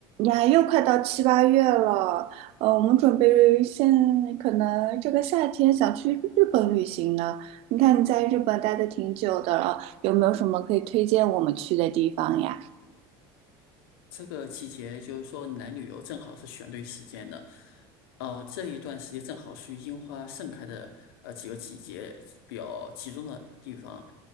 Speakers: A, on the right; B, on the left.
A: 呀，又快到七八月了，呃，我们准备现可能这个夏天想去日本旅行呢。你看你在日本待的挺久的了，有没有什么可以推荐我们去的地方呀？
B: 这个季节就是说来旅游正好是选对时间的，呃，这一段时间正好属于樱花盛开的呃几个季节比较集中的地方。